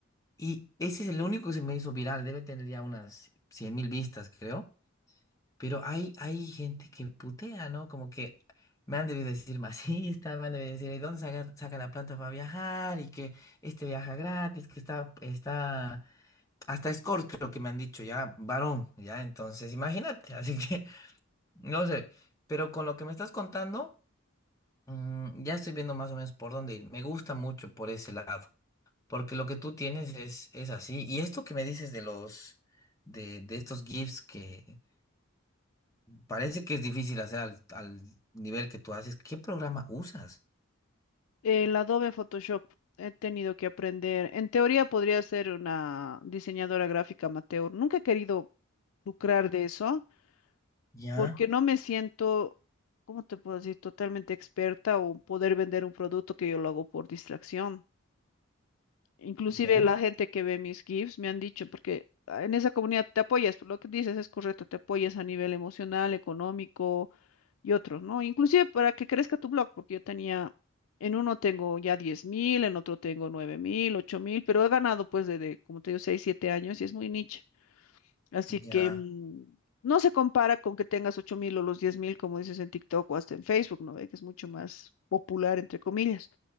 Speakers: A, on the left; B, on the left.
A: y ese es el único que se me hizo viral, debe tener ya unas cien mil vistas, creo. Pero hay, hay gente que putea, ¿no? Como que me han debido decir masista, me han debido decir, ¿y dónde saca, saca la plata para viajar? Y que este viaja gratis, que está, está, hasta escort creo que me han dicho, ya, varón, ya, entonces imagínate, <laughs> así que, no sé, pero con lo que me estás contando, mm, ya estoy viendo más o menos por dónde ir. Me gusta mucho por ese lado, porque lo que tú tienes es, es así. Y esto que me dices de los, de, de estos GIFs que Parece que es difícil hacer al, al nivel que tú haces. ¿Qué programa usas?
B: El Adobe Photoshop he tenido que aprender. En teoría podría ser una diseñadora gráfica amateur. Nunca he querido lucrar de eso
A: Ya,
B: porque no me siento, ¿cómo te puedo decir?, totalmente experta o poder vender un producto que yo lo hago por distracción. Inclusive
A: ya,
B: la gente que ve mis GIFs me han dicho, porque ah, en esa comunidad te apoyas, lo que dices es correcto, te apoyas a nivel emocional, económico y otros, ¿no? Inclusive para que crezca tu blog, porque yo tenía, en uno tengo ya diez mil, en otro tengo nueve mil, ocho mil, pero he ganado pues desde, como te digo, 6 7 años y es muy niche. Así que
A: ya,
B: mm, no se compara con que tengas ocho mil o los diez mil, como dices en TikTok o hasta en Facebook, ¿no? Ve Que es mucho más popular, entre comillas.